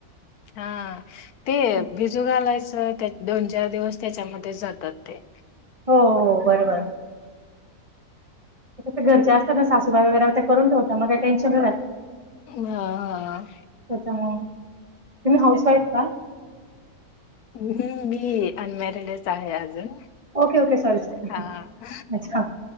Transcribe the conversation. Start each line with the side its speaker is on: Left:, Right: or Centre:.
Left: हां ते
Right: हो
Left: भिजूं घालायचं त्यां दोन चार दिवसं त्यांच्यामध्ये जातांत ते
Right: हो बरोबर ते घरचे असतांत नां सासूबाई वगैरें ते करूंन ठेवतात मंग कांहीं टेन्शन नाहीं रहातं
Left: हां हां आ
Right: त्याच्यामुळ, तुम्ही हाऊस वाईफ हात?
Left: हम्म.. मी अनमॅरिडच आहे अजून.
Right: ओके ओके सॉरी सॉरी
Left: हा <inaudible>
Right: अच्छा